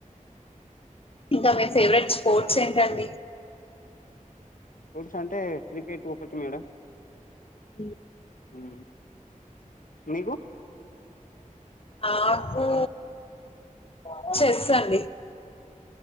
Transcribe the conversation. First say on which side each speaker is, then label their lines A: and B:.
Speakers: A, on the left (about 45°); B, on the left (about 75°).
A: ఇంకా మీ ఫేవరెట్ స్పోర్ట్స్ ఏంటండి.
B: స్పోర్ట్స్ అంటే క్రికెట్ ఒకటి మేడం.
A: దియే
B: హు్ మీగు
A: నాకు ఊ చెస్ అండి.